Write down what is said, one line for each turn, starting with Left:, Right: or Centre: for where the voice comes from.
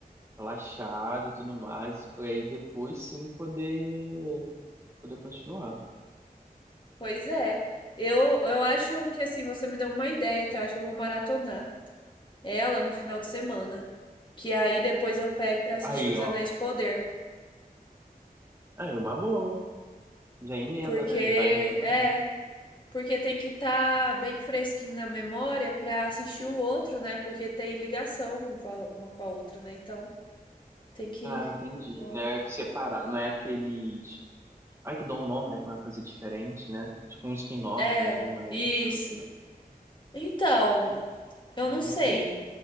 Right: relaxado e tudo mais, pra aí depois sim poder, poder continuar.
Left: Pois é. Eu, eu acho que assim, você me deu uma ideia, até eu acho que eu vou maratonar ela no final de semana. Que aí depois eu pego pra assistir
Right: Aí,
Left: Os
Right: ó.
Left: Anéis de Poder.
Right: Aí é uma boa. Já emenda,
Left: Porque,
Right: né? Ele vai relembrando.
Left: é, porque tem que estar bem fresquinho na memória pra assistir o outro, né? Porque tem ligação um com a- uma com a outra, né? Então tem que.
Right: Ah, entendi.
Left: É bom.
Right: Não é separar, não é aqueles. Ai, que dão um nome, né? Com uma coisa diferente, né? Tipo um spin-off,
Left: É,
Right: né? Não é,
Left: isso.
Right: no caso, né?
Left: Então, eu
Right: Entendi.
Left: não sei.